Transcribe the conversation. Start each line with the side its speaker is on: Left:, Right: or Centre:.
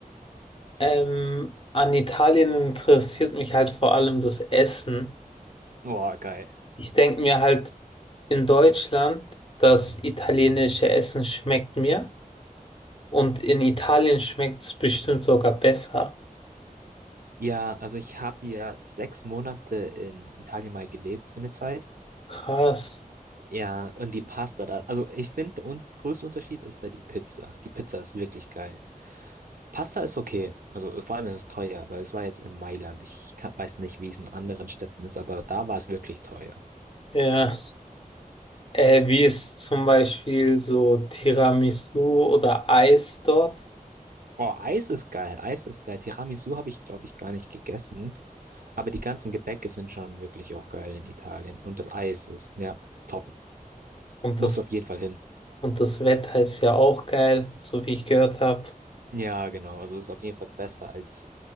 Left: Ähm, an Italien interessiert mich halt vor allem das Essen.
Right: Boah, geil.
Left: Ich denke mir halt in Deutschland, das italienische Essen schmeckt mir und in Italien schmeckt es bestimmt sogar besser.
Right: Ja, also ich habe ja sechs Monate in Italien mal gelebt für eine Zeit.
Left: Krass.
Right: Ja, und die Pasta da. Also ich finde, der un größte Unterschied ist da die Pizza. Die Pizza ist wirklich geil. Pasta ist okay. Also äh, vor allem ist es teuer, aber es war jetzt in Mailand. Ich kann, weiß nicht, wie es in anderen Städten ist, aber da war es wirklich teuer.
Left: Ja. Äh, wie ist zum Beispiel so Tiramisu oder Eis dort?
Right: Oh, Eis ist geil. Eis ist geil. Tiramisu habe ich, glaube ich, gar nicht gegessen. Aber die ganzen Gebäcke sind schon wirklich auch geil in Italien. Und das Eis ist, ja, top.
Left: Und
Right: Muss
Left: das,
Right: auf jeden Fall hin.
Left: und das Wetter ist ja auch geil, so wie ich gehört habe.
Right: Ja, genau. Also es ist auf jeden Fall besser als